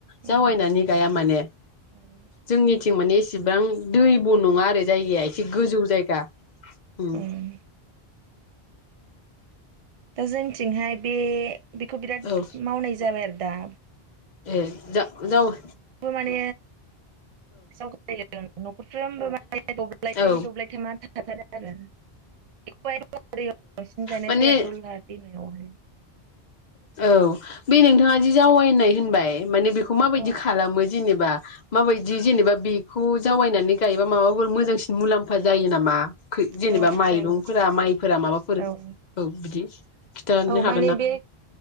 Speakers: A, on the left; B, on the right.
A: जावायनानै
B: ओं
A: गाया माने
B: ओं
A: जोंनि थिं मानि इसिबां दैब' नङा आरो जायगाया एसे जि गोजौ जायगा उम
B: ओं दा जोनथिंहाय बे बेखौ बिराद
A: औ
B: मावनाय जाबाय आरो दा
A: ए जा-जावा
B: बो माने <unintelligible> न'खरफ्रोमबो माने दब्लायनै
A: औ
B: दब्लायथामा थाखाथारो। <unintelligible> <unintelligible> बांसिन गायनाय
A: माने
B: जायो आरो दलहा दैमायावहाय
A: औ बे नोंथाङा जि जावायनाय होनबाय माने बेखौ माबायदि
B: औ
A: खालामो जेनेबा? माबायदि जेनेबा बेखौ जावायनानै गायोबा माबाफोर मोजांसिन मुलाम्फा जायो नामा? जेनेबा
B: औ
A: माइरंफोरा
B: जायो
A: माइफोरा माबाफोर
B: औ
A: औ बिदि गिथार
B: औ
A: हा
B: माने बे